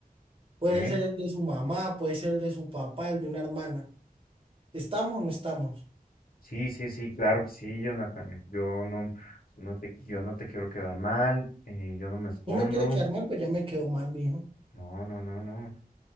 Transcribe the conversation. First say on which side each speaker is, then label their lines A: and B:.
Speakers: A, on the right (about 35°); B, on the left (about 65°).
A: Puede
B: ok,
A: ser el de su mamá, puede ser el de su papá, el de una hermana. ¿Estamos o no estamos?
B: Sí, sí, sí, claro que sí, Jonathan. Yo no, no te, yo no te quiero quedar mal, eh, yo no me escondo.
A: No me quiere quedar mal, pues ya me quedó mal, mijo,
B: No, no, no, no.